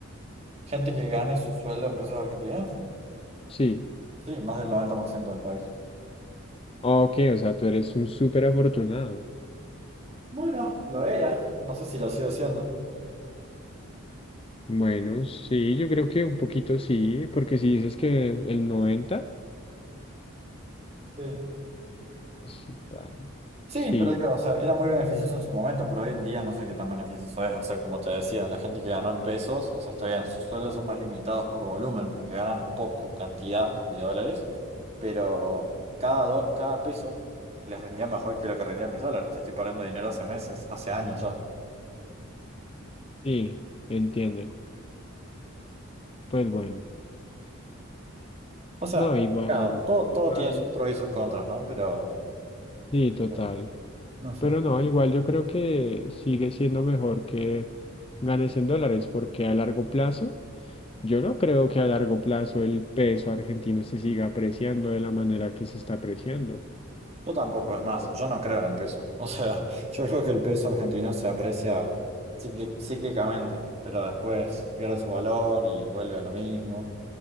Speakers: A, on the right (about 30°); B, on the left (about 25°).
A: Gente que gane su sueldo en pesos argentinos,
B: sí.
A: sí, más del 90% del país.
B: Ah, Ok, o sea, tú eres un súper afortunado.
A: Bueno, lo era. No sé si lo sigo siendo.
B: Bueno, sí, yo creo que un poquito sí, porque si dices que el 90,
A: Sí.
B: pues, ah,
A: Sí,
B: sí,
A: pero digo, o sea, era muy beneficioso en su momento, pero hoy en día no sé qué tan beneficioso es. O sea, como te decía, la gente que ganó en pesos, o sea, está bien, sus sueldos son más limitados por volumen, porque ganan poco cantidad de dólares, pero cada, do- cada peso les rendía mejor que lo que rendían mis dólares, que estoy perdiendo dinero hace meses, hace años ya.
B: sí, entiendo. Pues bueno.
A: O sea,
B: No,
A: complicado.
B: igual,
A: Todo, todo
B: igual,
A: tiene sus pros y sus contras, ¿no? Pero
B: sí, total.
A: eh, no sé.
B: Pero no, igual yo creo que sigue siendo mejor que ganes en dólares, porque a largo plazo, yo no creo que a largo plazo el peso argentino se siga apreciando de la manera que se está apreciando.
A: Yo tampoco, es más, yo no creo en el peso. O sea, <laughs> yo creo que el peso argentino se aprecia cicli- cíclicamente, pero después pierde su valor y vuelve a lo mismo.